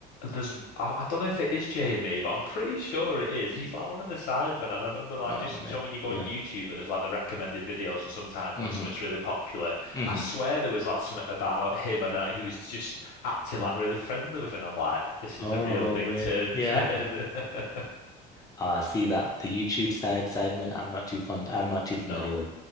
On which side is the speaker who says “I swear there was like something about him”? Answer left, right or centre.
Left